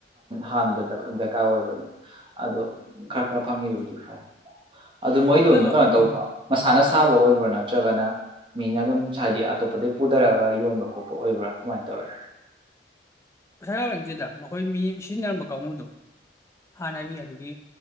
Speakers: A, on the right (about 30°); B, on the left (about 15°).
A: ꯍꯥꯟꯕ ꯗꯔꯀꯥꯔ ꯑꯣꯏꯕ ꯑꯗꯨꯝ ꯑꯗꯣ ꯈꯔ ꯈꯔ ꯐꯪꯉꯤꯕꯨꯗꯤ ꯐꯩ ꯑꯗꯨ ꯃꯣꯏꯗꯝ
B: ꯂꯣꯏꯕ
A: ꯀꯩꯅꯣ ꯇꯧꯕ꯭ꯔꯣ
B: ꯎꯝ
A: ꯃꯁꯥꯅ ꯁꯥꯕ
B: ꯎꯝ
A: ꯑꯣꯏꯕ꯭ꯔꯥ ꯅꯠꯇꯔ ꯅꯠꯇ꯭ꯔꯒꯅ ꯃꯤꯅ ꯑꯗꯨꯝ ꯍꯥꯏꯗꯤ ꯑꯇꯣꯞꯄꯗꯩ ꯄꯨꯊꯔꯛꯑꯒ ꯌꯣꯟꯕ ꯈꯣꯠꯄ ꯑꯣꯏꯕ꯭ꯔꯥ ꯀꯃꯥꯢ ꯇꯧꯋꯤ꯫
B: ꯄꯩꯁꯥ ꯌꯥꯔꯗꯦꯗ ꯃꯈꯈꯣꯏ ꯃꯤ ꯁꯤꯖꯤꯟꯅꯔꯝꯕ ꯀꯥꯡꯕꯨꯨꯗꯣ ꯍꯥꯟꯅꯒꯤ ꯑꯗꯨꯒꯤ